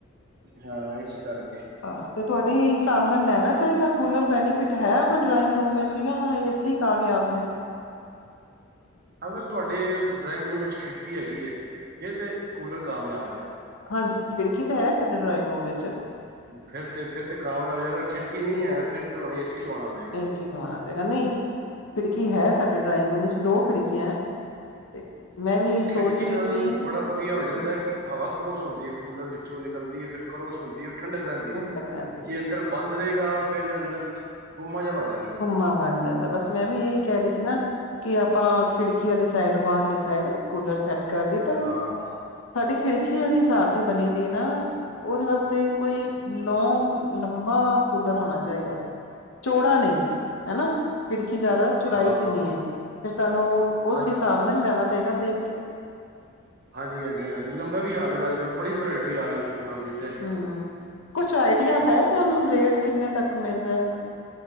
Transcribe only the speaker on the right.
ਹਾਂ ਏਸ ਕਰਕੇ
ਅਗਰ ਤੁਹਾਡੇ ਡਰਾਇੰਗ ਰੂਮ ਇਚ ਖਿੜਕੀ ਹੈਗੀ ਏ, ਫਿਰ ਤੇ ਕੂਲਰ ਕਾਮਯਾਬ ਏ
ਫਿਰ ਤੇ ਫਿਰ ਤੇ ਕਾਮਯਾਬ, ਅਗਰ ਖਿੜਕੀ ਨਹੀਂ ਹੈ ਫਿਰ ਤਾਂ ਏ ਸੀ ਲਵਾਉਣਾ। ਪਏਗਾ।
ਉਹ ਖਿੜਕੀ
ਨਾਲ,
ਬੜਾ ਵਧੀਆ ਹੋ ਜਾਂਦਾ ਹੈ ਕਿ ਹਵਾ ਕਰੋਸ ਹੁੰਦੀ ਹੈ ਕੂਲਰ ਵਿੱਚੋਂ ਨਿਕਲਦੀ ਹੈ ਫਿਰ ਕਰੋਸ ਹੁੰਦੀ ਹੈ ਉਹ ਠੰਡਕ ਰਹਿੰਦੀ
ਹੈ,
ਜੇ ਅੰਦਰ ਬੰਦ ਰਹੇਗਾ, ਫੇਰ ਅੰਦਰ ਗੁੰਮਾ ਜਿਹਾ ਬੰਣ
ਹਾਂ,
ਹਾਂ
ਹਾਂਜੀ
ਹਾਂਜੀ-ਹਾਂਜੀ-ਹਾਂਜੀ, ਲੰਬੇ ਵੀ ਆ ਗੇ ਨੇ ਅੱਜ-ਕੱਲ੍ਹ, ਬੜੀ ਵਰਾਇਟੀ ਆ ਗਈ ਕੂਲਰਾਂ ਦੀ ਤੇ
ਹੂੰ